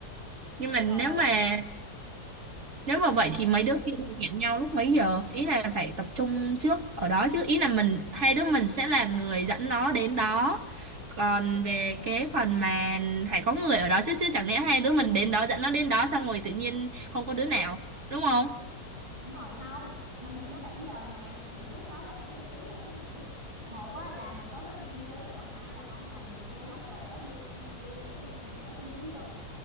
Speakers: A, on the right (about 45°); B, on the right (about 65°).
A: nhưng mà
B: rồi
A: nếu mà nếu mà vậy
B: sao
A: thì mấy đứa kia hẹn nhau lúc mấy giờ? Ý là phải tập trung trước ở đó chứ. Ý là mình hai đứa mình sẽ là người dẫn nó đến đó. Còn về cái phần mà phải có người ở đó chứ chứ chẳng lẽ hai đứa mình đến đó dẫn nó đến đó xong rồi tự nhiên không có đứa nào, đúng không?
B: Đúng rồi không, mình hẹn nó 7 giờ mà Thì trước đó là phải trang trí rồi chứ mày Một á, là mình tới đó mình trang trí Còn hai là không là mình đưa hết đồ đó Đưa cho nhân viên để cho nhân viên bên đó trang trí giùm